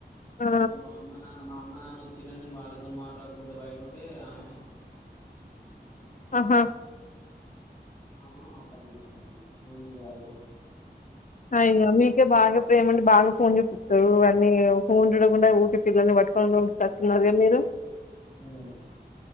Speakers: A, on the left (about 50°); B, on the left (about 25°).
A: ఆ!
B: మా అమ్మ నాన మా అమ్మ నాన్న వచ్చిర్రని నేను వాళ్ళతో మాట్లాడుకుంటా బయటుంటే ఆమె
A: ఆహా
B: ఆమ ఆ పన్ జేసిందిగ ఏం జెయ్యాలిగ
A: అయ్యో మీకే బాగా ప్రేమ ఉండి బాగా ఫోన్ చూపిత్తారు అన్నీ ఫోన్ చూడకుండా ఊకే పిల్లల్ని పట్టుకోని <unintelligible> మీరు
B: ఊ